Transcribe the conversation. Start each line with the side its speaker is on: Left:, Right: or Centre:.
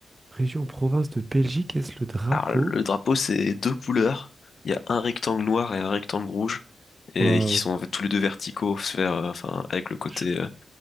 Right: Région province de Belgique, est-ce le drapeau?
Left: Alors, le drapeau, c'est deux couleurs. Il y a un rectangle noir et un rectangle rouge. et
Right: Waouh.
Left: qui sont en fait tous les deux verticaux, se faire, euh, enfin, avec le côté
Right: Je,
Left: euh,